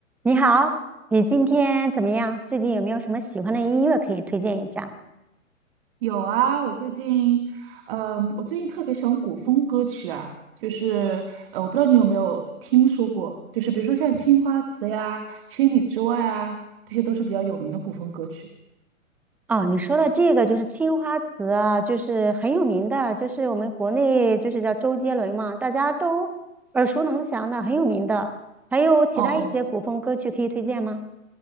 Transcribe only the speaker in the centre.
你好，你今天怎么样？最近有没有什么喜欢的音乐可以推荐一下？
哦，你说的这个就是青花瓷啊，就是很有名的，就是我们国内就是叫周杰伦嘛，大家都耳熟能详的，很有名的。还有其他一些古风歌曲可以推荐吗？